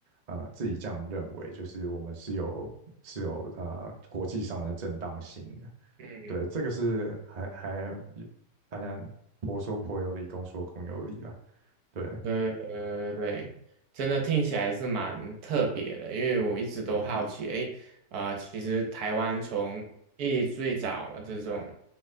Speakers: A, on the right (about 50°); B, on the right (about 65°).
A: 呃自己这样认为，就是我们是有是有呃国际上的正当性的，
B: 嗯，
A: 对，这个是还还大家婆说婆有理，公说公有理啦，对，
B: 对对对真的听起来是蛮特别的，因为我一直都好奇，诶，啊，其实台湾从一最早这种